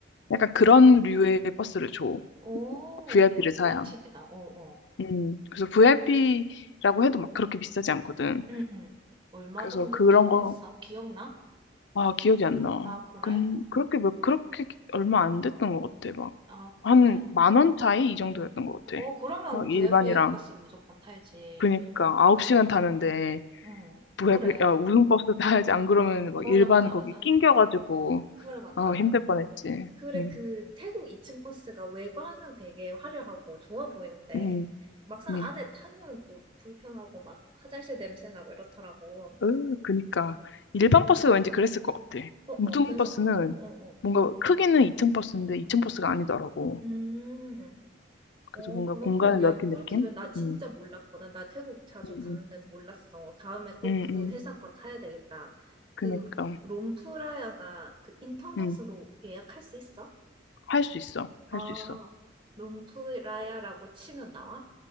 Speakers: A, on the left; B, on the right.
A: 약간 그런 류의 버스를 줘.
B: 오,
A: VIP를
B: 야,
A: 사야.
B: 꿀팁이다. 어, 어.
A: 음, 그래서 VIP라고 해도 막 그렇게 비싸지 않거든.
B: 음, 음. 얼마
A: 그래서
B: 정도
A: 그런
B: 기-
A: 거
B: 했어? 기억나?
A: 아, 기억이 안 나.
B: 아, 그래?
A: 근 그렇게 몇 그렇게 얼마 안 됐던 것 같아. 막
B: 아, 그래?
A: 한 만원 차이 이 정도였던 것 같아.
B: 어, 그러면
A: 막
B: VIP
A: 일반이랑
B: 버스 무조건 타야지.
A: 그니까 9시간 타는데
B: 응,
A: 뭐야
B: 그래.
A: 그- 야, 우등버스 <laughs> 타야지 안 그러면 막
B: 맞아,
A: 일반
B: 맞아,
A: 거기
B: 맞아.
A: 낑겨가지고
B: 그래, 맞다.
A: 아 힘들 뻔했지.
B: 그래,
A: 음,
B: 그 태국 2층 버스가 외관은 되게 화려하고 좋아 보이는데,
A: 음,
B: 막상
A: 음.
B: 안에 타면 또 불편하고 막 화장실 냄새 나고 이렇더라고.
A: 으, 그니까 일반 버스가 왠지 그랬을 것 같아.
B: 어 어,
A: 우등버스는
B: 그래서, 어어,
A: 뭔가 크기는 2층 버스인데 2층 버스가
B: 응, 응.
A: 아니더라고.
B: 음, 음.
A: 그래서
B: 어,
A: 뭔가
B: 그렇구나.
A: 공간을 넓힌
B: 야, 꿀팁이야.
A: 느낌?
B: 나 진짜
A: 음,
B: 몰랐거든. 나 태국 자주
A: 음,
B: 갔는데도 몰랐어. 다음에 꼭
A: 음,
B: 그
A: 음. 음.
B: 회사 거 타야 되겠다.
A: 그니까.
B: 그 롬프라야가 그 인터넷으로
A: 응,
B: 예약할 수 있어?
A: 할 수 있어. 할
B: 아,
A: 수 있어.
B: 롬프라야라고 치면 나와?